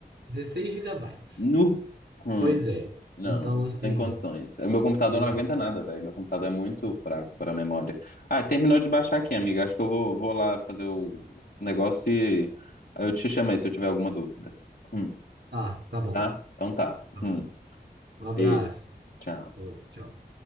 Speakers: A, on the right (about 85°); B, on the left (about 65°).
A: dezesseis gigabytes.
B: Nu. Hum.
A: Pois é.
B: Não,
A: Então, assim,
B: sem condições. O meu computador
A: pois-
B: não aguenta
A: é.
B: nada, velho. Meu computador é muito fraco para memória. Ah, terminou de baixar aqui, amiga. Acho que eu vou, vou lá fazer o negócio e aí eu te chamo aí se eu tiver alguma dúvida. Hum.
A: tá, tá bom,
B: Tá? Então tá.
A: tá bom.
B: Hum.
A: Um abraço.
B: Beijo. Tchau.
A: Outro, tchau.